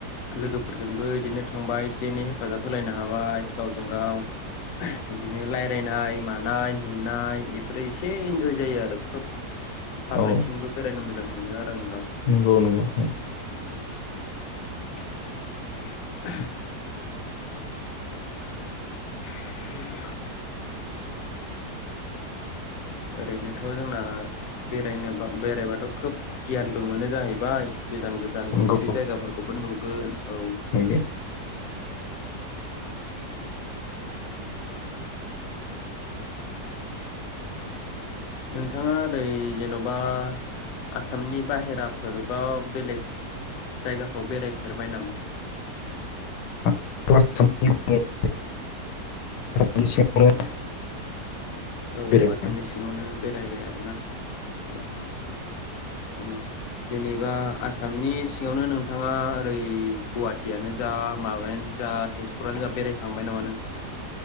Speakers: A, on the left; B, on the left.
A: लोगोफोरजोंबो इदिनो थांबा एसे एनै हेफाजाब होलायनो हाबाय गावजों गाव बिदिनो रायजलायनाय मानाय नुनाय ओरै एसे इन्जय जायो आरो खोब। फारनैथिंबो
B: औ
A: बेरायनो मो जां मोनो आरो आङो
B: नंगौ नंगौ उम
A: <inaudible> <inaudible> ओरैनोथ' जोंना बेरायनो बेरायबाथ खोब गियानबो मोनो जाहैबाय गोजान गोजान नुफेरि
B: नंगौ
A: जायगाफोरखौबो नुगोन औ
B: नंगौ
A: नोंथाङा ओरै जेनबा आसामनि बाहेराफोर बा बेलेग जायगाफोराव बेरायफेरबाय नामा?
B: <unintelligible> <unintelligible>
A: औ
B: बेरायबाय
A: आसामनि सिङावनो बेरायबाय आरोना औ ओं जेनेबा आसामनि सिङावनो नोंथाङा ओरै गुवाहाटियानो जा माबायानो जा तेजपुरानो जा बेरायखांबाय नामा नोंथां?